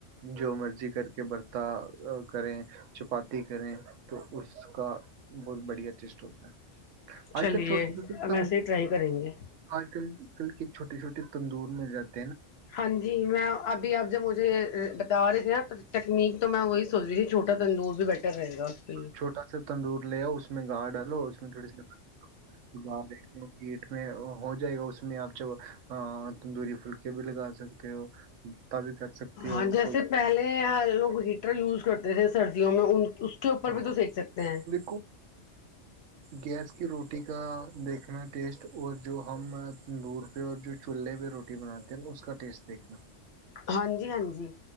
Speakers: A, on the right (about 80°); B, on the left (about 65°).
A: جو مرضی کر کے برتا کریں چپاتی کریں تو اس کا بہت بڑھیا ٹیسٹ ہوتا ہے
B: چلیے
A: آج کل چھوٹے چھوٹے
B: اب
A: س
B: ایسے ہی ٹرائی کریں گے
A: آج کل ل کی چھوٹی چھوٹی تندور مل جاتی
B: ہاں جی میں ابھی اب جوب مجھے جا رہے تھ نا تکنییک تو میں وہی سوچ رہی چھوٹا ت اندورز بھی بیٹر رہے گا کے لیے
A: چھوٹا سا تندور لے آؤ اس میں گا ڈالو اس میں تھوڑی سی گار میں کیٹ میں ہو جائے گا اس میں آپ جب تندوری پھلکے بھی لگا سکتے ہو بھی کر سکتی
B: ہاں
A: ہو
B: جیسے
A: کوئی
B: پہلے لوگ ہیٹر یوز کرتے تھے سردیوں میں کے اوپر
A: ہاں
B: بھی تو دیکھ سکتے ہیں
A: دیکھو گیس کی روٹی کا دیکھنا ٹیسٹ اور جو ہم تندور پہ اور جو چولہے پہ روٹی بناتے ہیں اس کا ٹیسٹ دیکھنا
B: ہاں جی ہاں جی